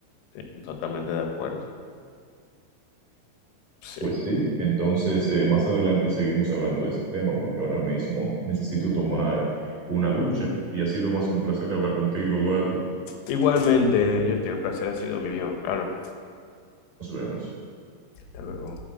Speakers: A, on the left; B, on the right.
A: sí, totalmente de acuerdo. Sí.
B: Pues sí, entonces eh, más adelante seguimos hablando de ese tema porque ahora mismo necesito tomar una ducha y ha sido más que un placer hablar contigo, Eduardo.
A: Igualmente, Justin, el placer ha sido mío, claro.
B: Nos vemos.
A: Hasta luego.